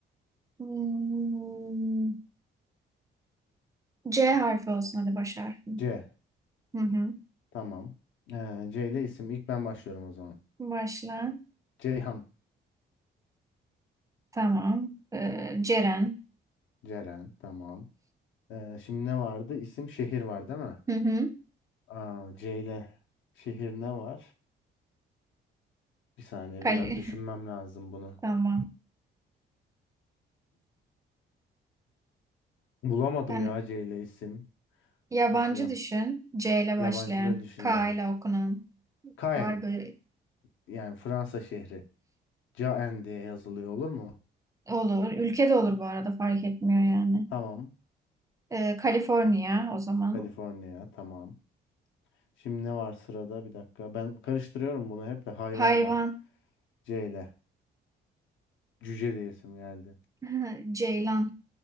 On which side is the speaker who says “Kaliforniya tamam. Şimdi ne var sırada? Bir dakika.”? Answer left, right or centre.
Left